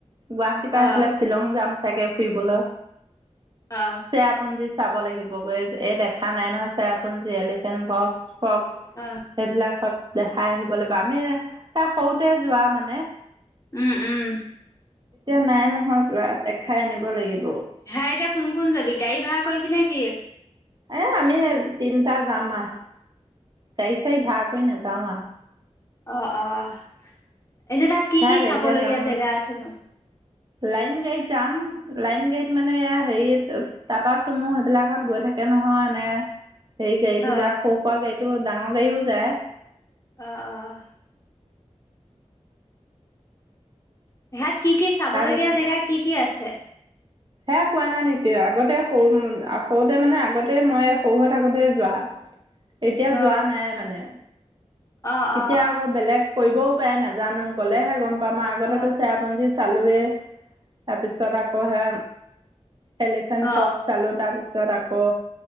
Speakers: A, on the right; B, on the left.
A: গুৱাহাটীৰ পৰা
B: অ
A: এফালে শ্বিলং যাম চাগে ফুৰিবলৈ
B: অ
A: চেয়া আপোন যেি চাব লাগিব গৈ এই দেখা নাই নহয় চাৰ আপোন যে এলিফেণ্ট বক্স ক্স
B: অ অ
A: সেইবিলাকত দেখাই আহিব লাগিব আমি তাৰ সৰুতে যোৱা মানে
B: উম উম
A: এতিয়া নাই নহয় যোৱাত দেখাই আনিব লাগিব।
B: হেয়া এতিয়া কোন কোন যাবি গাড়ী ভাড়া কৰিবি নে কি?
A: এ আমি তিনিটা যাম আহ গাড়ী চাড়ী ভাড় কৰি নেজা নেযাওঁ আও।
B: অঁ অঁ। এনে তাত কি
A: সেয়া
B: কি
A: গাড়ীতে
B: চাব লগীয়া
A: যাম
B: জেগা আছে নো?
A: লাইন গাড়ীত যাম লাইন গাড়ীত মানে হেৰিত টাটা চুমু সেইবিলাকত গৈ থাকে নহয় এনে সেই গাডীবিলাক
B: অ
A: সৰু সুৰা গাড়ীতটো ডাঙৰ গাড়ীও যায়।
B: অঁ অঁ। ইহাত কি কি চাব
A: তাৰপিছত
B: লগগীয়া জেগা কি কি আছে?
A: সেয়া কোৱা নাই নেকি আগতে সৰু সৰুতে মানে আগতেই মই সৰু হৈ থাকোতে যোৱা। এতিয়া
B: অ
A: যোৱা নাই মানে।
B: অ
A: এতিয়া
B: অ
A: আকৌ বেলেগ কৰিবও পাই নাজানো গ'লেহে গম পাম আৰু আগতেতো
B: অ অ
A: চেৰাপুঞ্জী চালোৱে। তাৰপিছত আকৌ হে এলিফেন্ট
B: অ অ
A: ফক্ চালো তাৰ পিছত পিছত আকৌ